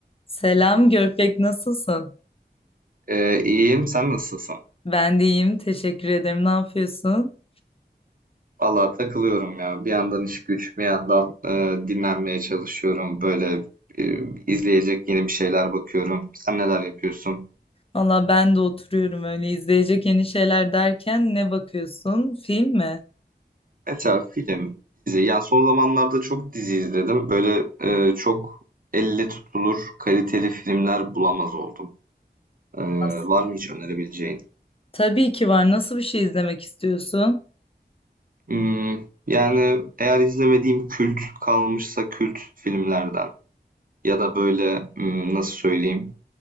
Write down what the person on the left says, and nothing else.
Selam Görpek nasılsın?
Ben de iyiyim teşekkür ederim. Ne yapıyorsun?
Valla ben de oturuyorum öyle izleyecek yeni şeyler derken ne bakıyorsun? Film mi?
Nasıl?
Tabii ki var. Nasıl bir şey izlemek istiyorsun?